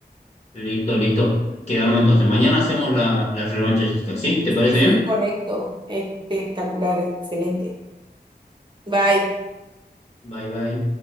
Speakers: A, on the left; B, on the right.
A: Listo, listo. Quedamos entonces. Mañana hacemos la, la revancha, Jessica. ¿Sí? ¿Te parece
B: Sí, sí,
A: bien?
B: correcto. Espectacular, excelente. Bye.
A: Bye, bye.